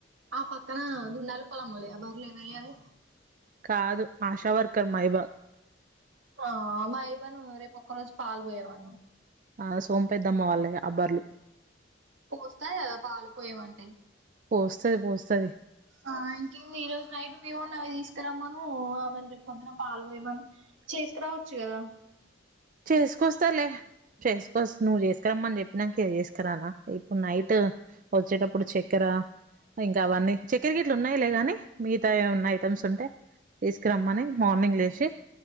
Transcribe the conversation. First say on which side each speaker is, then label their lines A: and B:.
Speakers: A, on the right; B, on the right.
A: ఆ పక్కన గుండాలు పొలములే ఆ బర్లు ఏమయ్యాయి
B: కాదు ఆశా వర్కర్ మైబా
A: ఆ మా ఇవ్వను రేపు ఒక్క రోజు పాల్ పొయ్యమను
B: ఆ సోం పెద్దమ్మ వాళ్ళ వే అ బర్లు
A: పోస్తాది కదా పాలు పోయమంటే
B: పోస్తది పోస్తది
A: ఆ ఇంకో ఈరోజు నైట్ మీ వోన్ని అవి తీసుకురామ్మను ఆమెని రేపు పొద్దున పాలు పోయమను చేసుకురావచ్చు కదా
B: చేసుకొస్తాలే చేసుకోస్తా నువ్వు చేసు కరమ్మని చెప్పినాకే చేసకరాన ఇప్పుడు నైట్ వచ్చేటప్పుడు చక్కెర ఇంకా అవన్నీ చక్కెర గెట్లు ఉన్నాయిలేగానీ మిగతా ఏమన్నా ఐటమ్స్ ఉంటే తీసు క రమ్మని మార్నింగ్ లేసి